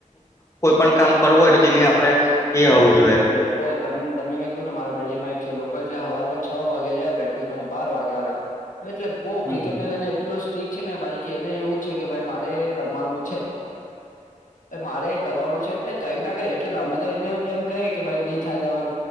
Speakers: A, on the left; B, on the left.
A: કોઈ પણ કામ કરવું હોય તો તેને આપડે એ હોવું જોઈએ
B: લોકો તમ તમને મેં કેવું ને મારા બિલ્ડીંગમાં એક છે લોકો એટલે હવારમાં છ વાગે જાય પ્રેક્ટિસ બાર વાગે આવે એટલે બહુ
A: હમ
B: ક્રિકેટ
A: હમ
B: ને લઈને એટલો ઠીક છે ને ભાઈ કે એને એવું છે કે ભાઈ મારે રમવાનું છે. મારે કરવાનું છે એટલે કઈ ના કઈ એટલે ગમે તો એને એમ કહી ભાઈ નહી થાય તમાર